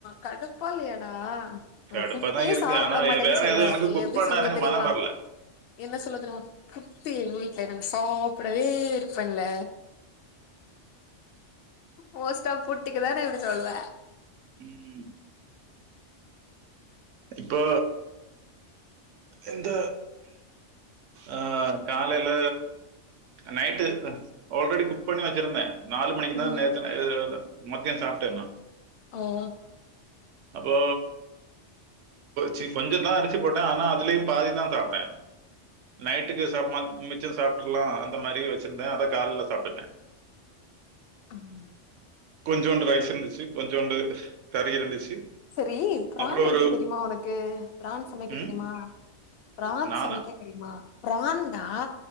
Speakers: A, on the left (about 60°); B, on the right (about 80°).
A: கடுப்பா இல்லையாடா ஒரு
B: கடுப்பா
A: புட்டே
B: தான் இருக்கு
A: சாப்பிட
B: ஆனா
A: மாட்டேன்னு
B: வேற
A: சொல்லுவேன்
B: எதுவும் எனக்கு குக்
A: எப்படி
B: பண்ண
A: சொல்லுவ
B: எனக்கு
A: தெரியுமா
B: மனம் வரல
A: என்ன சொல்ல தெரியுமா புட்டு எங்க நாங்க சாப்பிடவே விரும்பம் இல்ல மோஸ்டா புட்டிக்கு தானே இப்படி சொல்லுவ
B: உம் இப்போ இந்தந்த ஆஹ காலையில நைட்டு ஆல்ரெடி குக்பண்ணி வச்சிருந்தேன் நாலு மணிக்குதான்
A: ம்
B: நேத்து மத்தியம் சாப்பிட்டேன் நான்
A: ஹம்
B: அப்போ ச கொஞ்சம் தான் அரிசி போட்டேன் ஆனா அதுலயும் பாதிதான் சாப்டேன் நைட்டுக்கு சாப்பிடலாம் மிச்சம் சாப்புட்டலாம் அந்த மாதிரி வச்சிருந்தேன் அதை காலைல சாப்பிட்டுட்டேன்
A: ஆஹம்
B: கொஞ்சோண்டு ரைஸ் இருந்துச்சு கொஞ்சோண்டு கறி இருந்துச்சு
A: சரி பிரான்
B: அப்புறம்
A: வைக்குறது
B: ஒரு
A: தெரியுமா உனக்கு பிரான் சமைக்க
B: ம்.
A: தெரியுமா பிரான்
B: நானா?
A: சமைக்க தெரியுமா பிரான் டா